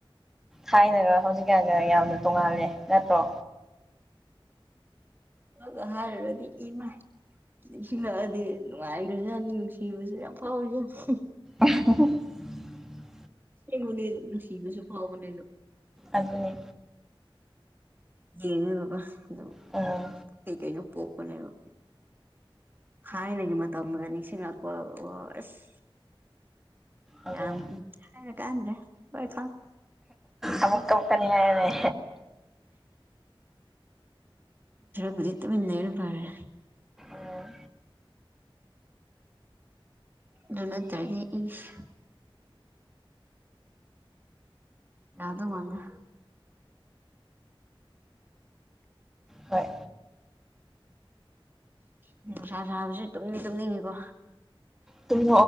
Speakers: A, in the centre; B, on the right.
A: ꯊꯥꯏꯅꯒ ꯍꯧꯖꯤꯛꯀꯥꯟꯒ ꯌꯥꯝꯅ ꯇꯣꯡꯉꯥꯜꯂꯦ ꯅꯠꯇ꯭ꯔꯣ
B: ꯃꯥ ꯍꯥꯔꯕꯗꯤ ꯏꯃ ꯅꯤꯡꯁꯤꯡꯜꯂꯛꯑꯗꯤ ꯅꯨꯡꯉꯥꯏꯈ꯭ꯔꯖꯥꯠꯅꯤ ꯅꯨꯡꯁꯤꯕꯁꯨ ꯌꯥꯝ ꯐꯥꯎꯔꯖꯠꯅꯤ
A: <unintelligible>
B: ꯁꯤ ꯃꯅꯤꯅ ꯁꯤ ꯀꯁꯨ ꯐꯋꯥ ꯃꯅꯅꯣ
A: ꯑꯗꯨꯅꯤ
B: ꯌꯦꯡꯉꯦꯒꯒ ꯑꯗꯨꯝ
A: ꯎꯝ
B: ꯀꯩꯀꯩꯅꯣ ꯄꯣꯛꯄꯅꯦꯕ ꯊꯥꯏꯅꯒꯤ ꯃꯇꯝꯗ ꯅꯤꯡꯁꯤꯡꯂꯛꯄ ꯑꯁ
A: ꯑꯗꯨꯅꯤ
B: ꯑ ꯍꯥꯏ ꯀꯥꯟ꯭ꯔꯦ ꯍꯣꯏꯦ
A: ꯑꯃꯨꯛ ꯀꯨꯛꯀꯅꯤ ꯍꯥꯏꯔꯅꯦ
B: ꯑꯗꯤꯇ ꯃꯅꯦꯔꯨꯝ ꯄꯥꯔꯦ
A: ꯎꯝ
B: ꯂꯅ ꯇꯔ ꯏꯁ ꯌꯥ ꯑꯗꯨ ꯃꯥꯅꯦ
A: ꯍꯣꯏ
B: ꯎ ꯅꯨꯡꯁꯥ ꯁꯥꯕꯁꯨ ꯇꯨꯝꯅꯤꯡ ꯇꯨꯝꯅꯤꯡꯉꯤꯀꯣ
A: ꯇꯨꯡ